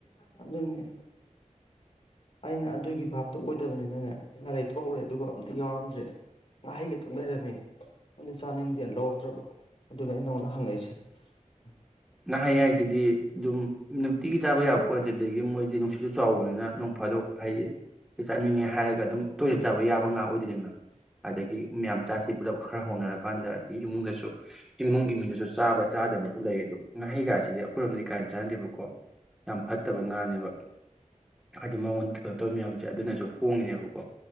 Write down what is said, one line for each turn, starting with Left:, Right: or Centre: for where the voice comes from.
Left: ꯑꯗꯨ ꯑꯗꯨꯟꯅꯅꯦ ꯑꯩꯅ ꯑꯗꯨꯒꯤ ꯚꯥꯞꯇꯨ ꯑꯣꯏꯗꯕꯅꯤꯅꯅꯦ ꯉꯥꯔꯔꯤ ꯊꯣꯛꯎꯔꯦ ꯑꯗꯨꯒ ꯑꯝꯇ ꯌꯥꯎꯔꯝꯗ꯭ꯔꯦ ꯉꯥꯍꯩ ꯈꯛꯇꯪ ꯂꯩꯔꯝꯃꯤ ꯑꯗꯨ ꯆꯥꯅꯤꯡꯗꯦꯅ ꯂꯧꯔꯛꯇ꯭ꯔꯕ ꯑꯗꯨꯅ ꯑꯩ ꯅꯉꯣꯟꯗ ꯍꯪꯉꯛꯏꯁꯦ ꯎꯝ
Centre: ꯅꯍꯩ ꯍꯥꯏꯁꯤꯗꯤ ꯑꯗꯨꯝ ꯅꯨꯡꯇꯤꯒꯤ ꯆꯥꯕ ꯌꯥꯕ ꯄꯁꯤꯦ ꯑꯗꯒꯤ ꯃꯣꯏꯗꯤ ꯅꯨꯡꯁꯤꯠꯁꯨ ꯆꯥꯎꯋꯦꯅ ꯅꯣꯡ ꯐꯥꯗꯣꯛ ꯍꯥꯏꯗꯤ ꯆꯠꯅꯤꯡꯉꯦ ꯍꯥꯏꯔꯒ ꯑꯗꯨꯝ ꯇꯣꯏꯂꯦꯠ ꯆꯥꯕ ꯌꯥꯕ ꯉꯥ ꯑꯣꯏꯗꯣꯏꯗꯅ ꯑꯗꯒꯤ ꯃꯌꯥꯝ ꯆꯥꯁꯤ ꯄꯨꯂꯞ ꯈꯔ ꯍꯧꯅꯔꯀꯥꯟꯗ ꯑꯗꯒꯤ ꯏꯃꯨꯡꯗꯁꯨ ꯏꯃꯨꯡꯒꯤ ꯃꯤꯗꯁꯨ ꯆꯥꯕ ꯆꯥꯗꯕꯁꯨ ꯂꯩ ꯑꯗꯨ ꯉꯥꯍꯩꯒꯥꯁꯤꯗꯤ ꯑꯩꯈꯣꯏꯔꯣꯝꯗꯗꯤ ꯀꯥꯏꯅ ꯆꯥꯟꯅꯗꯦꯕꯀꯣ ꯌꯥꯝ ꯐꯠꯇꯕ ꯉꯥꯅꯦꯕ ꯍꯥꯏꯗꯤ ꯃꯉꯣꯟꯗ ꯀꯩꯅꯣ ꯇꯧꯋꯤꯌꯥꯝ ꯁꯦ ꯑꯗꯨꯅꯁꯨ ꯍꯣꯡꯉꯤꯅꯦꯕꯀꯣ